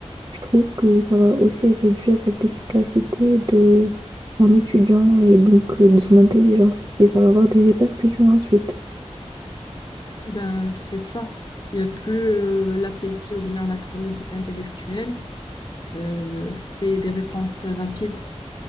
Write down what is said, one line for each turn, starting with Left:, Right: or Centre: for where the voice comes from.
Right: je trouve que ça va aussi réduire l'efficacité de d'un étudiant et donc euh, de son intelligence. Et ça va avoir des répercussions ensuite.
Left: Ben, c'est ça. Il n'y a plus euh, l'appétit ou bien la curiosité intellectuelle. Euh, c'est des réponses rapides.